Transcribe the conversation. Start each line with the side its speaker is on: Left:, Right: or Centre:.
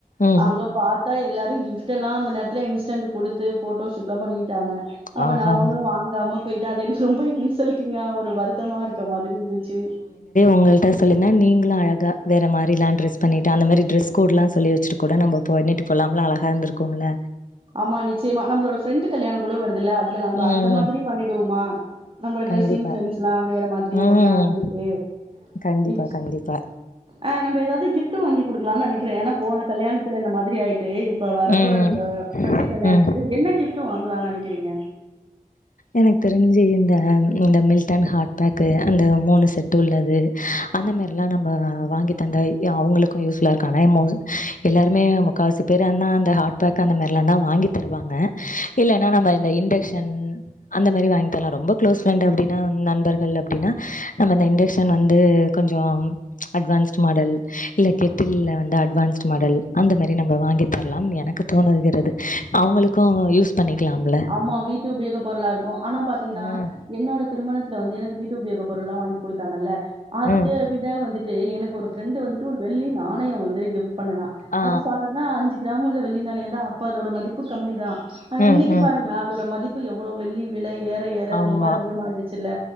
Left: ம்
Right: அங்க பாத் தா எல்லாரு கிஃப்டலா அந்த நேரத்துல இன்ஸ்டென்ட் குடுத்து போட்டோ ஷூட்லா பண்ணிட்டாங்க அப்ப
Left: ஆஹா
Right: நா ஒண்ணு வாங்கமா போய்டே அது எனக் ரொம்ப இன்சல்ட்டிங்கா ஒரு வருத்தமா இருக்க மாதிரி இருந்துச்சு
Left: உங்களட்ட சொல்லிருந்தா நீங்களு அழக வேற மாரில டிரஸ் பண்ணிட்டு அந்த மாரி டிரஸ் கோடெல்லா சொல்லி வச்சுட்டு கூட நம்ம போ பண்ணிட்டு போலாம்ல அழக இருந்திருக்கும்ல
Right: ஆமா நிச்சயமா நம்ளோட ஃப்ரெண்ட் கல்யாணம் கூட வருதுல்ல அதுல நம்ம
Left: ம்
Right: அந்த மாரி பண்ணிடுவோமா நம்ம டிரெஸ்ஸிங்
Left: கண்டிப்பா
Right: சென்ஸ்லா வேற மாதிரி
Left: ம்
Right: நம்ம பிளான் பண்ணிட்டு
Left: கண்டிப்பா
Right: நிச்
Left: கண்டிப்பா
Right: ஆஹ் நம்ப எதாவது கிஃப் பட்டு வாங்கி குடுக்கலானு நெனைக்கிறே ஏனா போன கல்யாணத்துல இந்த மாதிரி ஆயிட்டு இப்ப வரப்போற
Left: ம்
Right: நம்ப ஃப்ரெண்டு் கல்யாணத்துக்கு
Left: ம்
Right: என்ன கிஃப்டு வாங்கலான்னு நெனைக்கிறீங்க
Left: எனக்கு தெரிஞ்சு இந்த இந்த மில்டன் ஹாட்பேக்கு அந்த மூணு செட் உள்ளது அந்த மாரிலா நம்ம வாங்கி தந்த அவங்களுக்கு யூஸ்ஃபுல்லா இருக்கு ஆனயுபோது எல்லாருமே முக்காவாசிப் பேரு அண்ணா அந்த ஹாட்பேக் அந்த மாரிலா தா வாங்கி தருவாங்க இல்லன்னா நம்ம இந்த இண்டக்ஷன் அந்த மாரி வாங்கி தரலா ரொம்ப க்ளோஸ் ஃப்ரெண்ட் அப்டின்னா நண்பர்கள் அப்டின்னா நம்ம இந்த இண்டக்ஷன் வந்து கொஞ்சோ அட்வான்ஸ்டு மாடல் இல்ல கெட்டில்ல வந்து அட்வான்ஸ்டு மாடல் அந்த மாரி நம்ப வாங்கி தரலா எனக்கு தோணுகிறது அவுங்களுக்கு யூஸ் பண்ணிக்கலாம்ல.
Right: ஆமா வீட்டு உபயோகப் பொருளா இருக் கு ஆனா பாத்தீங்கன்னா
Left: ம்,
Right: என்னோட திருமணத்துல வந்து எனக்கு வீட்டு உபயோக பொருள்ல்லா வாங்கி குடுத்தாங்கல்ல அது
Left: ம்.
Right: விட வந்துட்டு எனக்கு ஒரு ஃப்ரெண்ட் வந்துட்டு ஒரு வெள்ளி நாணயோ வந்து கிப்ட் பண்ணுனா
Left: ஆ
Right: அது சாதாரண அஞ்சி கிராம் உள்ள வெள்ளி நாணயந்தா அப்ப அதோட மதிப்பு கம்மி தா ஆனா
Left: ம்
Right: இன்னக்கி
Left: ம்
Right: பாருங்களே அதோட மதிப்பு எவ்ளோ வெள்ளி விலை ஏற ஏற
Left: ஆமா
Right: ரொம்ப அதிகமாயிடுச்சில்ல